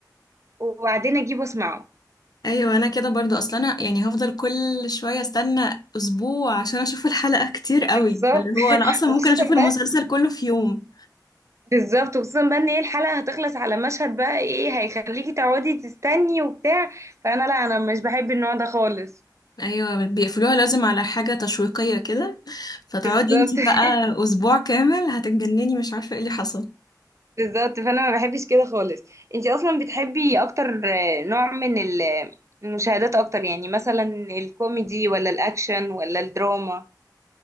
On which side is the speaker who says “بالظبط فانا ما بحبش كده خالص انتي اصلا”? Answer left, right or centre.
Right